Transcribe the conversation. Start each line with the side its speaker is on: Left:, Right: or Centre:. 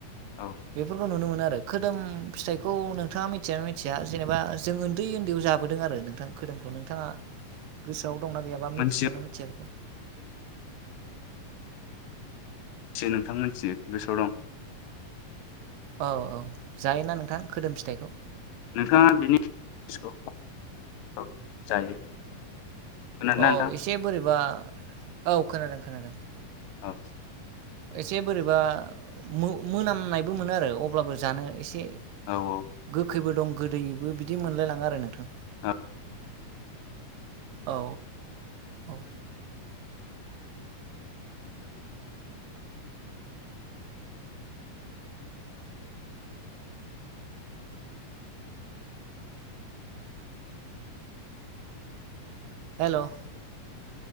Left: औ
Right: बेफोरखौ नुनो मोनो। आरो खोदोम फिथाइखौ नोंथाङा मिथियोना मिथिया जेनेबा जों उन्दै उन्दैयाव जाबोदों आरो नोंथां। खोदोमखौ नोंथाङा गोसोआव दंना गैयाबा मिथिदोंना
Left: मोनथियो
Right: मिथिया बेखौ
Left: मिथियो नोंथां मिथियो गोसोआव दं।
Right: औ औ जायोना नोंथां खोदोम फिथाइखौ
Left: नोंथाङा <unintelligible> जायो खोनादोंना
Right: औ
Left: नोंथां
Right: एसे बोरैबा औ खोनादों खोनादों
Left: औ
Right: एसे बोरैबा मो मोनामनायबो मोनो आरो अब्लाबो जानो एसे
Left: औ औ
Right: गोखैबो दं गोदैबो बिदि मोनलायलाङो आरो नोंथां।
Left: औ
Right: औ औ हेल'